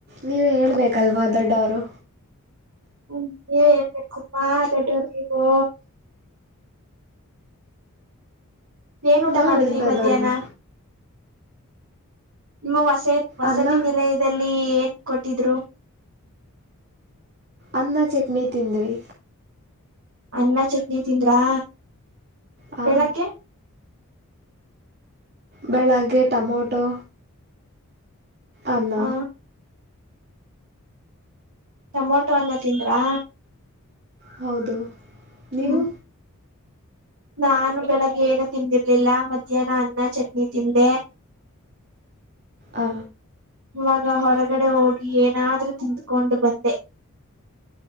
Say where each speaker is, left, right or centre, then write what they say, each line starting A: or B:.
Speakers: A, on the right; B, on the right.
A: ನೀವು ಹೇಳಬೇಕಲ್ವಾ ದೊಡ್ಡವರು
B: ಹ್ಮ ನೀವ್ ಹೇಳ್ಬೇಕಮ್ಮ ದಡ್ಡೋರ್ ನೀವು. ಏನ್ ಊಟ
A: ನಾವೆಂತ
B: ಮಾಡುದ್ರಿ ಮಧ್ಯಾಹ್ನ?
A: ದೊಡ್ಡ
B: ನಿಮ್ಮ ವಸ -ವಸತಿ
A: ಅನ್ನ
B: ನಿಲಯದ ದಲ್ಲಿ ಏನ್ ಕೊಟ್ಟಿದ್ರು?
A: ಅನ್ನ ಚಟ್ನಿ ತಿಂದ್ವಿ.
B: ಅನ್ನ ಚಟ್ನಿ ತಿಂದ್ರಾ.
A: ಹಾ
B: ಬೆಳಗ್ಗೆ
A: ಬೆಳಗ್ಗೆ ಟೊಮೊಟೊ ಅನ್ನ
B: ಹ ಟೊಮೊಟೊ ಅನ್ನ ತಿಂದ್ರಾ
A: ಹೌದು ನೀವು
B: ಹ್ಮ್ ನಾನು ಬೆಳಗ್ಗೆ ಏನು ತಿಂದಿರ್ಲಿಲ್ಲ ಮಧ್ಯಾಹ್ನ ಅನ್ನ ಚಟ್ನಿ ತಿಂದೆ
A: ಆ
B: ಇವಾಗ ಹೊರಗಡೆ ಹೋಗಿ ಏನಾದ್ರೂ ತಿಂದ್ಕೊಂಡು ಬಂದೆ